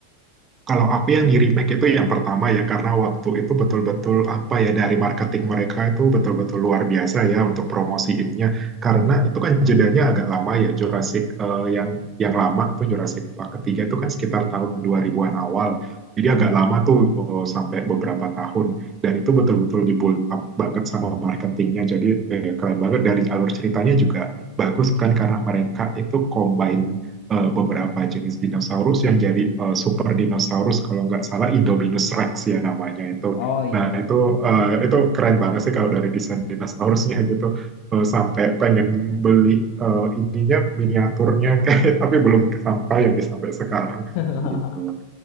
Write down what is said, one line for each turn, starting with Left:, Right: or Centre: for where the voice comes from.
Right: Kalau aku yang di remake itu yang pertama ya karena waktu itu betul-betul apa ya dari marketing mereka itu betul-betul luar biasa ya untuk promosiinnya karena itu kan jedanya agak lama ya Jurassic eh, yang yang lama tuh Jurassic Park ketiga itu kan sekitar tahun 2000-an awal. Jadi agak lama tuh eh, sampai beberapa tahun dan itu betul-betul di build up banget sama marketingnya. Jadi eh, keren banget dari alur ceritanya juga bagus kan karena mereka itu combine eh, beberapa jenis dinosaurus yang jadi eh, super dinosaurus kalau nggak salah Indominus Rex ya namanya itu.
Left: Oh iya
Right: Nah
Left: iya.
Right: itu eh, itu keren banget sih kalau dari desain dinosaurusnya gitu Eh, sampai pengen beli eh, ininya miniaturnya <laughs> kayak tapi belum kesampaian sampai sekarang
Left: <laughs>
Right: gitu.